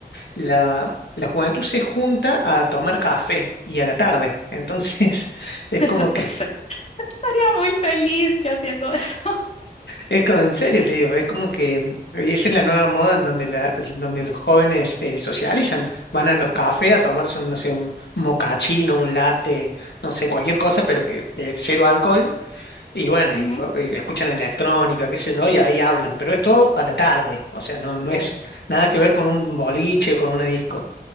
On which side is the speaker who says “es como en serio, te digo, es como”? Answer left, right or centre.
Left